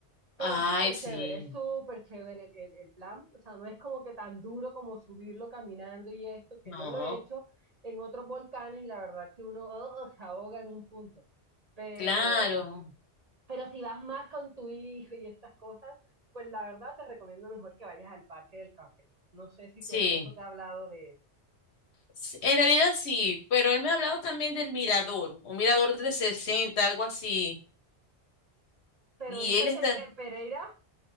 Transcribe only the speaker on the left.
Ay,
sí,
no,
claro,
sí.
S- En realidad sí, pero él me ha hablado también del mirador, un mirador 360, algo así.
Y
él
está,